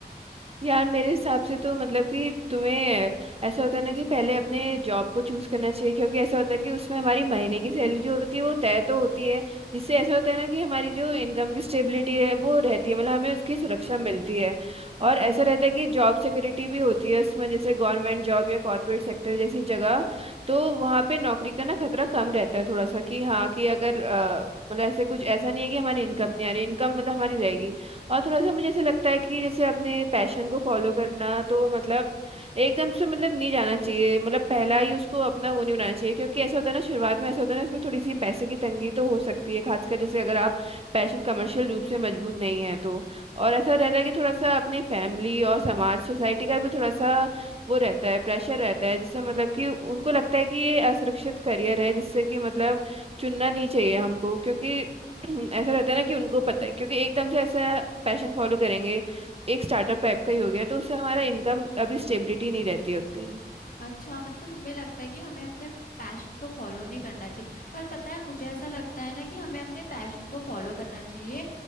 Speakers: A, on the right (about 35°); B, on the left (about 50°).
A: यार मेरे हिसाब से तो मतलब कि तुम्हें ऐसा होता है ना कि पहले अपने जॉब को चूज करना चाहिए क्योंकि ऐसा होता है कि उसमें हमारी महीने की सैलरी जो होती है वो तय तो होती है जिससे ऐसा होता है ना कि हमारी जो इनकम की स्टेबिलिटी है वो रहती है मतलब हमें उसकी सुरक्षा मिलती है और ऐसा रहता है कि जॉब सिक्योरिटी भी होती है उसमें जैसे गवर्नमेंट जॉब या कॉरपोरेट सेक्टर जैसी जगह तो वहाँ पे नौकरी का ना खतरा कम रहता है थोड़ा सा कि हाँ कि अगर अ, मतलब ऐसे कुछ ऐसा नहीं है कि हमारी इनकम नहीं आ रही इनकम मतलब हमारी रहेगी और थोड़ा सा मुझे ऐसा लगता है कि जैसे अपने पैशन को फॉलो करना तो मतलब एकदम से मतलब नहीं जाना चाहिए मतलब पहला ही उसको अपना वो नहीं बनाना चाहिए क्योंकि ऐसा होता है ना शुरुआत में ऐसा होता है ना इसमें थोड़ी सी पैसे की तंगी तो हो सकती है खासकर जैसे अगर आप पैशन कमर्शियल रूप से मजबूत नहीं है तो और ऐसा रहता है कि थोड़ा सा अपने फैमिली और समाज सोसाइटी का भी थोड़ा सा वो रहता है प्रेशर रहता है जिससे मतलब कि उनको लगता है कि ये असुरक्षित करियर है जिससे कि मतलब चुनना नहीं चाहिए हमको क्योंकि <clears throat> ऐसा रहता है ना कि उनको पता है क्योंकि एकदम से ऐसा पैशन फॉलो करेंगे एक स्टार्टअप टाइप का ही हो गया तो उससे हमारा इनकम अभी स्टेबिलिटी नहीं रहती है उतनी
B: अच्छा मतलब तुम्हें लगता है कि हमें अपने पैशन को फॉलो नहीं करना चाहिए पर पता है मुझे ऐसा लगता है ना कि हमें अपने पैशन को फॉलो करना चाहिए